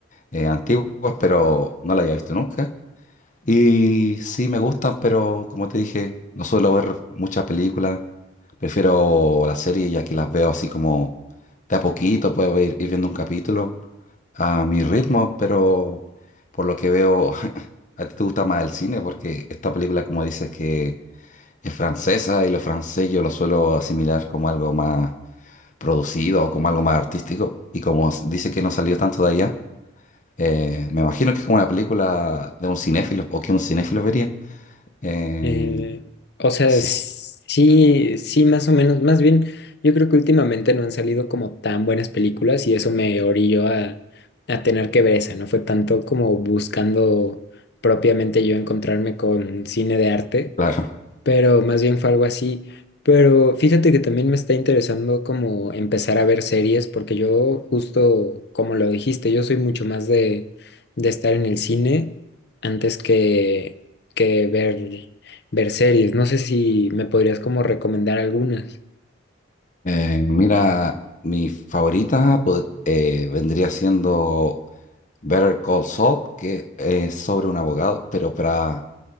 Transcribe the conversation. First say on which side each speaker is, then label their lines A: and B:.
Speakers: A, on the left; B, on the left.
A: eh, antiguas, pero no la había visto nunca. Y sí me gustan, pero como te dije, no suelo ver muchas películas. Prefiero las series ya que las veo así como de a poquito, puedo ir, ir viendo un capítulo. a mi ritmo, pero por lo que veo, <laughs> a ti te gusta más el cine porque esta película, como dices, que es francesa y lo francés yo lo suelo asimilar como algo más producido o como algo más artístico. Y como s- dice que no salió tanto de allá, eh, me imagino que es como una película de un cinéfilo o que un cinéfilo vería. Eh,
B: Eh, o sea,
A: sí,
B: sí, sí, más o menos. Más bien, yo creo que últimamente no han salido como tan buenas películas y eso me orilló a, a tener que ver esa. No fue tanto como buscando propiamente yo encontrarme con cine de arte,
A: <laughs> claro.
B: pero más bien fue algo así. Pero fíjate que también me está interesando como empezar a ver series, porque yo justo, como lo dijiste, yo soy mucho más de, de estar en el cine antes que, que ver, ver series. No sé si me podrías como recomendar algunas.
A: Eh, mira, mi favorita pod- eh, vendría siendo Better Call Saul, que es sobre un abogado, pero para,